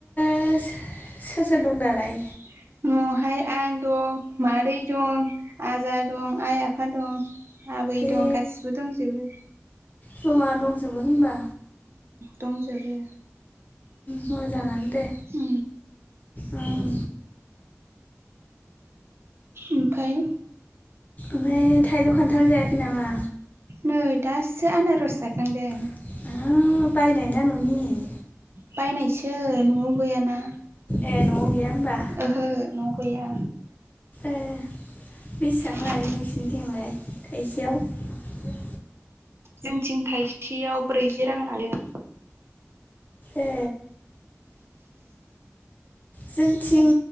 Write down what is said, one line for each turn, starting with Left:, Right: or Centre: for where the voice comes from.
Left: <inaudible>
Right: <inaudible>
Left: दं दालाय
Right: न'आवहाय आं दं मादै दं आजा दं आइ आफा दं। आबै
Left: ए
Right: दं गासिबो दंजोबो।
Left: जमा दंजोबो होमबा
Right: दंजोबो
Left: मोजाङानो दे।
Right: उ
Left: उम
Right: ओमफाय?
Left: ओमफ्राय थाइज' खान्थाल जायाखै नामा?
Right: नै दासो आनारस जाखांदों।
Left: <inaudible>
Right: बायनायसो न'आव गैयाना
Left: ए न'आव गैया होमबा
Right: ओहो न'आव गैया
Left: ए बेसेबां
Right: उम
Left: लायो नोंसिनिथिंलाय थाइसेयाव?
Right: जोंथिं थायसेयाव ब्रैजि रां लायो। <inaudible>
Left: ए
Right: <inaudible>
Left: जोंथिं